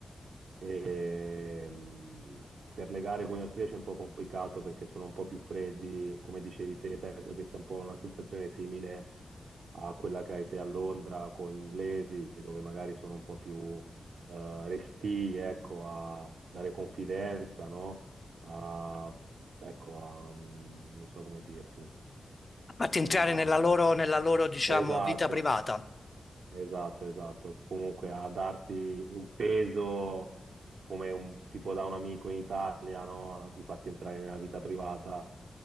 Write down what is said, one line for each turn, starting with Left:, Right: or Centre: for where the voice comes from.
Right: E, mh, per legare con gli austriaci è un po' complicato perché sono un po' più freddi, come dicevi te, penso che sia un po' una sensazione simile a quella che hai te a Londra con gli inglesi, dove magari sono un po' più eh, restii, ecco, a dare confidenza, no? A, ecco, a, mm, non so come dirti.
Left: A parte entrare
Right: A,
Left: nella loro, nella loro diciamo,
Right: esatto.
Left: vita privata.
Right: Esatto, esatto. Comunque a darti un peso come un tipo da un amico in Italia, no? Di farti entrare nella vita privata,